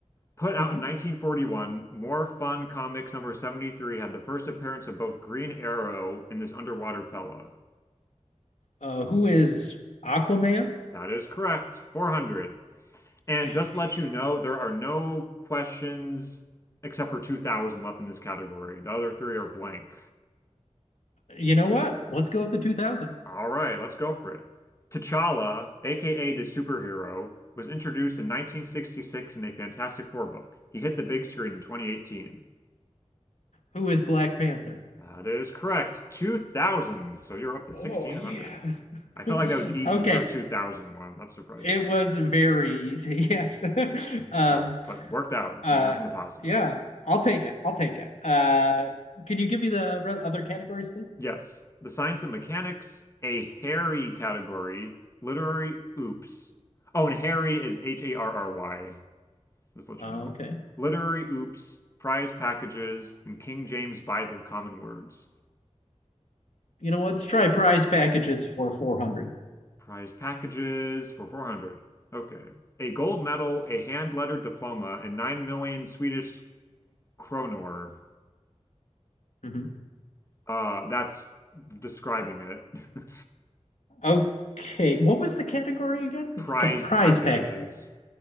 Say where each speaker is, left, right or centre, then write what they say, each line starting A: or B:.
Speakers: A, on the left; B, on the left.
A: put out
B: Mhm.
A: in 1941, More Fun Comics number 73 had the first appearance of both Green Arrow and this underwater fella.
B: Uh who is Aquaman?
A: That is correct. 400. And
B: Yeah,
A: just to let
B: yeah.
A: you know, there are no questions except for 2,000 left in this category. The other three are blank.
B: You know what? Let's go with the 2000.
A: All right, let's go for it. T'Challa, aka the superhero, was introduced in 1966 in a Fantastic Four book. He hit the big screen in 2018.
B: Who is Black Panther?
A: That is correct. 2000. So you're up to
B: Oh,
A: 1600.
B: yeah.
A: I felt
B: <laughs>
A: like that was easy
B: Okay.
A: for a 2000 one. That surprised
B: It
A: me.
B: was very easy. <laughs> Yes. <laughs> Um
A: So, but worked out
B: uh
A: when you're in the positive.
B: yeah, I'll take it. I'll take it. Uh can you give me the re- other categories please?
A: Yes, the science and mechanics, a hairy category, literary oops. Oh, and Harry is H A R R Y. Just let
B: Uh,
A: you know.
B: okay.
A: Literary oops, prize packages, and King James Bible common words.
B: You know what? Let's try prize packages for 400.
A: Prize packages for 400. Okay. A gold medal, a hand-lettered diploma, and 9 million Swedish kronor.
B: hmm
A: Uh, that's describing it. <laughs>
B: Okay. What was the category again?
A: Prize
B: The prize
A: packages.
B: pack.